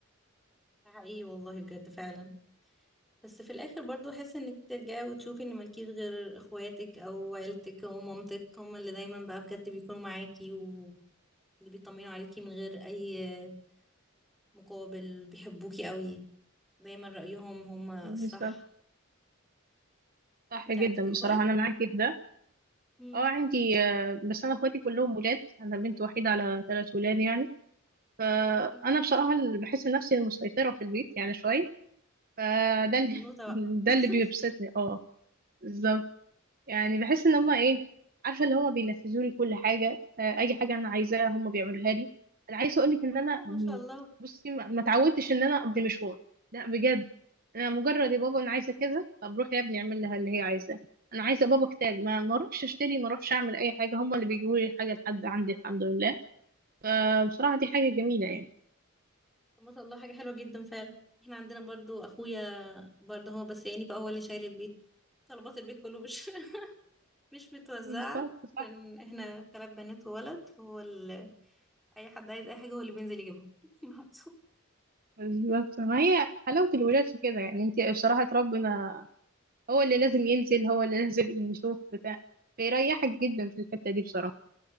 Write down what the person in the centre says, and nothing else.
ده حقيقي والله بجد فعلا بس في الاخر برضو احس انك ترجعي وتشوفي ان مالكيش غير اخواتك او عيلتك او مامتك هم اللي دايما بقى بجد بيكونوا معاكي واللي بيطمنوا عليكي من غير اي مقابل بيحبوكي قوي دايما رأيهم هم الصح
انت
عندك اخوات
امم
اوكي
بنوتة بقى
<laughs>
والله
ما شاء الله
طب ما شاء الله حاجة حلوة جدا فعلا احنا عندنا برضو اخويا برضو هو بس يعني بقى هو اللي شايل البيت طلبات البيت كله مش <laughs> مش متوزعة
عشان احنا تلات بنات وولد هو ال... اي حد عايز اي حاجة هو اللي بينزل يجيبها <laughs> برضو